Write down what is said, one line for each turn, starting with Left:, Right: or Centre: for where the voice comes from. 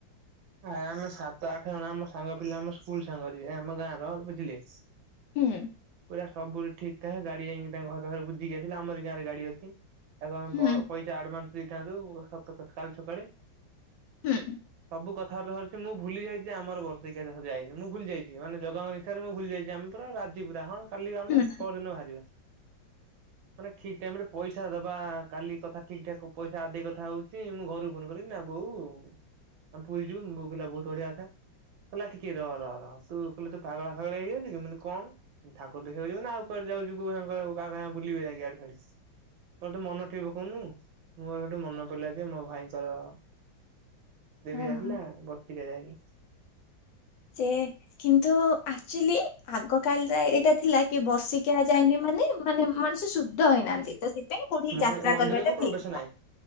Right: ଆ ଆମେ ସାତ ଆଠ ଜଣ ଆମ ସାଙ୍ଗ ପିଲା ଆମ ସ୍କୁଲ ସାଙ୍ଗ ଯିବେ ଆମ ଗାଁ ର ବୁଝିଲେ।
Left: ହୁଁ।
Right: ପୁରା ସବୁ ଠିକ୍ ଠାକ୍ ଗାଡି ଯାଇଙ୍କି ତାଙ୍କ ଘର ପାଖେ ବୁଝିକି ଆସିଲେ ଆମରି ଗାଁରେ ଗାଡି ଅଛି। ଏବେ ଆମ
Left: ହୁଁ
Right: କଣ ପଇସା ଆଡ଼ଭାନ୍ସ ଦେଇଥାନ୍ତୁ କ କ କାଲ୍ ସକାଳେ।
Left: ହୁଁ।
Right: ସବୁ କଥାବର୍ତା ସରିଛି ମୁଁ ଭୁଲି ଯାଇଛି ଆମର ବର୍ଷିକିଆ ଯା ହୋଉ ଯାଇନି ମୁଁ ଭୁଲି ଯାଇଛି ମାନେ ଜଗା ଙ୍କ ରେ ସାରେ ମୁଁ ଭୁଲି ଯାଇଛି ଆମେ ପୁରା ରାଜି ପୁରା ହଁ କାଲି ଆମେ
Left: ହୁଁ
Right: ପରଦିନ ବାହାରିବା। ମାନେ ଠିକ୍ ଟାଇମି ରେ ପଇସା ଦବା କାଲି କଥା ଠିକ୍ ଠାକ୍ ପଇସା ଆଦେଇ କଥା ହଉଛୁ। ସେ ମୁଁ ଘରକୁ ଫୋନ କଲିି ନା ବୋଉ। ଆମେ ପୁରୀ ଯିବୁ ବୋଉ କହିଲା ବହୁତ୍ ବଢିଆ କଥା। କହିଲ ଟିକେ ର ର ର ତୁ କହିଲା ତୁ ପାଗଳା ଫାଗଳିଆ ହେଇଯାଉଛିକି ମୁଁ କହିଲି କଣ। ଠାକୁର ଦେଖିବାକୁ ଯିବ ନା ଆଉୁ କୁଆଡେ ଯାଉଛି କୁଆଡେ କୁଆଡେ କାହା କାହା ସାଙ୍ଗେ ବୁଲିବି ଯାଇଁ କି ଇଆଡେ ସିଆଡେ। କହିଲା ତୁ ମନ ଠିକି ପକଉନୁ ମୋର ସେଠୁ ମନ ପଡିଲା ଯେ ମୋ ଭାଇଙ୍କର ଡେରିରେ
Left: ଓହୋ
Right: ଯାଇଥିଲା ବର୍ତିକା ଯାଇନ୍
Left: ସେ କିନ୍ତୁ ୱାଚଲି ଆଗ କାଳରେ ଏଇଟା ଥିଲା କି ବର୍ଷିକିଆ ଯାଇନି ମାନେ ମାନେ ମଣିଷ ଶୁଦ୍ଧ ହେଇନାହାନ୍ତି ତ ସେଥିପାଇଁ କୋଉଠି
Right: ମଣି
Left: ଯାତ୍ରା
Right: ମନ୍ଦିରକୁ
Left: କରିବାଟା ଠିକ୍
Right: ପ୍ରବେଶ
Left: ନୁହଁ।
Right: ନାହିଁ।